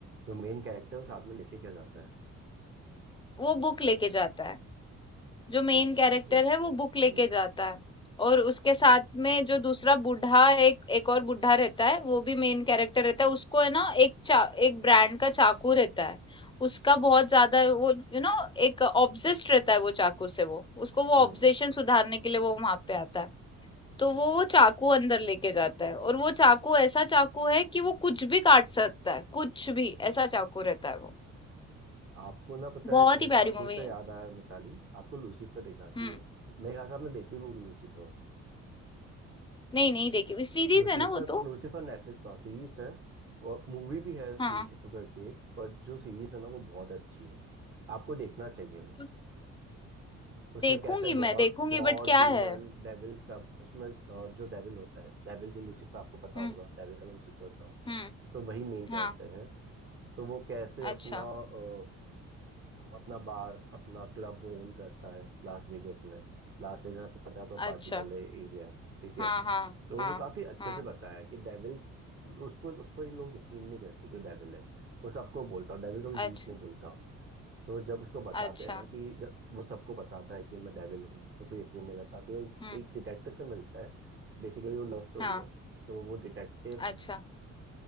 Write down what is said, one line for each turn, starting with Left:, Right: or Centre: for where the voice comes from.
Right: जो मेन कैरेक्टर है वो साथ में लेके क्या जाता है
Left: वो बुक लेके जाता है जो मेन
Right: अच्छा
Left: कैरेक्टर
Right: ओके
Left: है वो बुक लेके
Right: जी
Left: जाता है और उसके साथ में जो दूसरा बूढ़ा एक एक और बूढ़ा रहता है वो भी मेन कैरेक्टर रहता है उसको है ना एक चा, एक ब्रांड का चाकू रहता है उसका बहुत ज्यादा वो यू नो एक ऑब्सेस्ड रहता है वो चाकू से वो उसको वो ऑब्सेशन
Right: हम्म
Left: सुधारने के लिए वो वहां पे आता है तो वो वो चाकू अंदर लेके जाता है और वो चाकू ऐसा चाकू है कि वो कुछ भी काट सकता है कुछ भी ऐसा चाकू रहता है वो
Right: आपको ना पता
Left: बहुत
Right: है मुझे
Left: ही प्यारी
Right: चाकू
Left: मूवी
Right: से
Left: है
Right: याद आया मिताली आपको लूसीफर देखना चाहिए
Left: हम्म
Right: मेरे ख्याल से आपने देखी भी होगी Lucifer
Left: नहीं नहीं देखी इस सीरीज
Right: Luci-
Left: है
Right: Lucifer
Left: ना वो तो
Right: Lucifer Netflix पर सीरीज है और मूवी भी है
Left: हाँ
Right: लूसीफर करके एक पर जो सीरीज है ना वो बहुत अच्छी है आपको देखना चाहिए वो
Left: तो
Right: उसमें
Left: देखूंगी
Right: कैसे
Left: मैं
Right: गॉड
Left: देखूंगी
Right: गॉड
Left: बट क्या
Right: डीमन
Left: है
Right: डेविल सब उसमें अ, जो डेविल होता है डेविल जो लूसीफर आपको पता
Left: हम्म
Right: होगा डेविल का नाम लूसीफर होता हो
Left: हम्म
Right: तो वही मेन कैरेक्टर
Left: हाँ
Right: है तो वो कैसे अपना
Left: अच्छा
Right: अ, अपना बार अपना क्लब वो ओन करता है लास वेगस में लास वेगस आपको पता है अपना पार्टी
Left: अच्छा
Right: वाले एरिया है ठीक है
Left: हाँ हाँ
Right: तो
Left: हाँ
Right: वो काफी अच्छे
Left: हाँ
Right: से बताया है कि डेविल उसको उस पर लोग यकीन नहीं करते कि वो डेविल है वो सबको बोलता और डेविल कभी
Left: अच्छा
Right: झूठ नहीं बोलता तो जब उसको बताते
Left: अच्छा
Right: हैं ना कि जब वो सबको बताता है कि मैं डेविल हूँ तो कोई यकीन नहीं करता फिर वो
Left: हम्म
Right: एक डिटेक्टिव से मिलता है बेसिकली वो लव स्टोरी
Left: हाँ
Right: है तो वो डिटेक्टिव
Left: अच्छा